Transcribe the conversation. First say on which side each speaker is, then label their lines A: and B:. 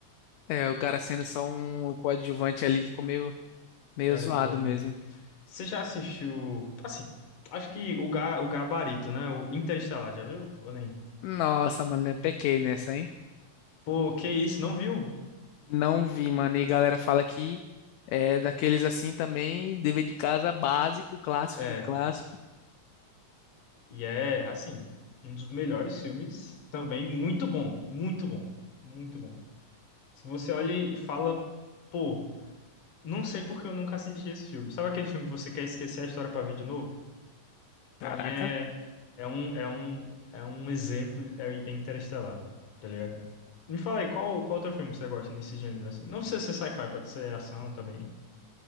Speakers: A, on the left; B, on the left.
A: É, o cara sendo só um coadjuvante ali ficou meio, meio
B: É,
A: zoado
B: pô.
A: mesmo.
B: não- Você já assistiu. Assim, acho que o, ga, o Gabarito, né? O Interestelar, já viu? Ou nem?
A: Nossa, mano, eu pequei nessa, hein?
B: Pô, que isso, não viu?
A: Não vi, mano. E a galera fala que é daqueles assim também, dever de casa básico, clássico
B: É,
A: do clássico.
B: e é assim, um dos melhores filmes também, muito bom, muito bom, muito bom. Se você olha e fala, pô, não sei porque eu nunca assisti esse filme. Sabe aquele filme que você quer esquecer a história pra ver de novo? Pra
A: Caraca.
B: mim é, é um, é um, é um exemplo, é Interestelar, tá ligado? Me fala aí, qual, qual outro filme você gosta nesse gênero? assim? Não precisa ser sci-fi, pode ser ação também.